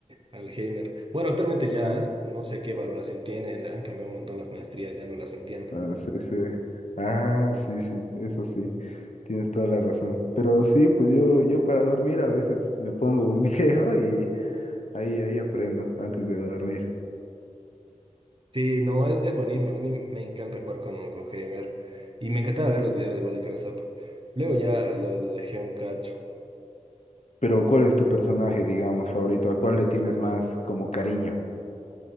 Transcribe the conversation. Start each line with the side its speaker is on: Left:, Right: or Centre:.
Right: al Heimer. Bueno, actualmente ya
Left: ¿Ah?
Right: no sé qué valoración tiene, le han cambiado un montón las maestrías, ya no las entiendo.
Left: Ah, sí, sí. Ah, sí, sí, eso sí. Tienes toda la razón. Pero sí, pues yo, yo para dormir a veces me pongo un <laughs> video y ahí, ahí aprendo antes de dormir.
Right: Sí, no, es, es buenísimo, a mí me encanta jugar con, con Heimer y me encantaba ver los videos igual de Carasap. Luego ya lo, lo dejé un cacho.
Left: Pero ¿cuál es tu personaje, digamos, favorito? ¿A cuál le tienes más como cariño?